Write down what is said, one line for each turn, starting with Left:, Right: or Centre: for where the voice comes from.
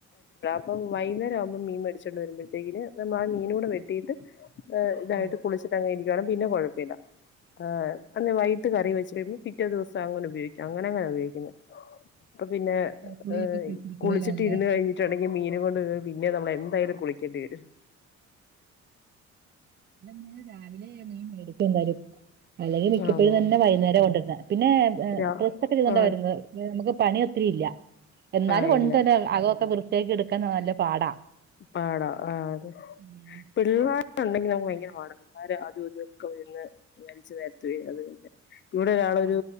Left: അപ്പ വൈകുന്നേം ആവുമ്പോ മീൻ മടിച്ചൊണ്ട് വരുമ്പോഴത്തേക്ക് നമ്മ ആ മീനൂടെ വെട്ടിട്ട് ഇതായിട്ട്
Right: ഉം
Left: കുളിച്ചിട്ട് അങ്ങെ ഇരിക്കും പിന്നെ കുഴപ്പല്ല ആ അന്ന് വൈട്ട് കറി വെച്ച് കഴിയുമ്പോൾ പിറ്റേ ദിവസം അങ്ങനെ ഉപയോഗിക്കും അങ്ങനെ അങ്ങനെ ഉപയോഗിക്കുന്നെ അപ്പൊ പിന്നെ
Right: കുളിയൊക്കെ
Left: ഏഹ്
Right: പിടിച്ചിരിക്കുവല്ലോ
Left: കുളിച്ചിട്ട്
Right: അല്ലേ
Left: ഇരുന്ന് കഴിഞ്ഞി ഇുണ്ടെങ്കിൽ മീൻ കൊണ്ട് പോരുമ്പോ പിന്നെ നമ്മള എന്തായാലും കുളിക്കേണ്ടി വരും
Right: ഇങ്ങെ രാവിലെ മേടിക്ക് എന്തായാലും അല്ലെങ്കിൽ മിക്കപ്പോഴും
Left: ആണോ
Right: തന്നെ വൈകുന്നേരം കൊണ്ടരുന്നെ പിന്നെ
Left: രാ
Right: പ്രസ് ഒക്കെ ചെയ്തുകണ്ട
Left: ആഹ്
Right: വരുന്നത് നമുക്ക്. പണി ഒത്തിരി ഇല്ല എന്നാലും
Left: ആഹ്
Right: ഒണ്ട്
Left: ഇല്ല
Right: തന്നെ അകൊക്കെ വൃത്തിയാക്യടുക്കാ നല്ല പാടാ
Left: പാട ആ അതെ
Right: ഉം
Left: പിള്ളേരു ഉണ്ടെങ്കി നമുക്ക് ഭയങ്കര പാട പിള്ളേർ അതും ഇതൊക്കെ വീട്ടി വലച്ചു വാരി അത്. ന്നെ <unintelligible> ഇവിടെ ഒരാളൊരു
Right: ആ